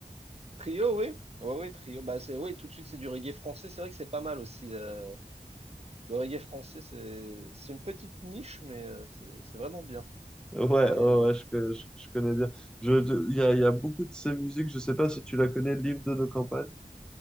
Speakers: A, on the right; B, in the centre.
A: Trio, oui. Oui, oui, trio. Bah, c'est, oui, tout de suite, c'est du reggae français. C'est vrai que c'est pas mal aussi. euh, le reggae français, c'est, c'est une petite niche, mais euh, c'est, c'est vraiment bien.
B: Ouais, ouais,
A: C'est-
B: ouais, je, co- je- je connais bien. Je, de- Il y a, il y a beaucoup de ces musiques, je sais pas si tu la connais, l'hymne de nos campagnes.